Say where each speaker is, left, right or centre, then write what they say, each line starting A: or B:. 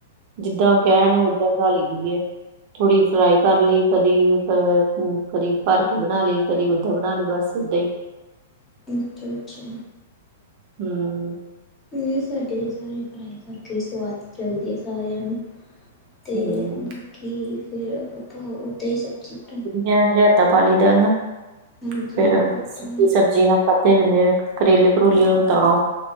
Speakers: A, on the right (about 45°); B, on the left (about 20°).
A: ਜਿੱਦਾਂ ਓ ਕੈਂਨ ਓਦਾਂ ਬਣਾਂ ਲਈ ਦੀ ਏ, ਥੋੜ੍ਹੀ ਫਰਾਈ ਕਰ ਲਈ ਕਦੀ ਅ ਹੂੰ ਕਦੀ ਭਰ ਕੇ ਬਣਾ ਲਈ, ਕਦੀ ਓਦਾਂ ਬਣਾ ਲਈ ਬਸ ਏਦਾਂ ਈ।
B: ਅੱਛਾ-ਅੱਛਾ।
A: ਹੂੰ।
B: ਨਹੀ ਸਾਡੇ ਤੋਂ ਸਾਰੇ ਫਰਾਈ ਕਰਕੇ ਈ ਸਵਾਦ ਚ ਆਂਦੀ ਏ ਸਾਰਿਆਂ ਨੂੰ, ਤੇ
A: ਹੂੰ
B: ਬਾਕੀ ਫਿਰ ਆਪਾਂ ਓਦਾਂ ਈ ਸਬਜੀ ਬਣਾ
A: ਨਾਲ ਰੈਤਾ ਪਾ ਲਈ ਦਾ ਨਾ
B: ਹਾਂਜੀ
A: ਫੇਰ
B: ਆਪਾਂ
A: ਸੁੱਕੀ
B: ਵੀ
A: ਸਬਜ਼ੀ ਨਾਲ ਖਾਦੇ ਜਾਂਦੇ ਆ, ਕਰੇਲੇ- ਕਰੂਲੇ ਹੋਨ ਤਾਂ ਓ